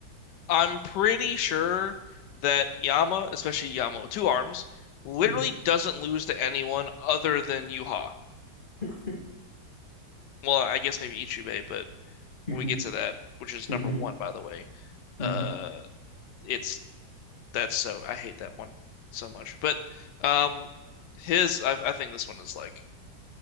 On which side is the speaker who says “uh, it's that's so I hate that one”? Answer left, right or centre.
Left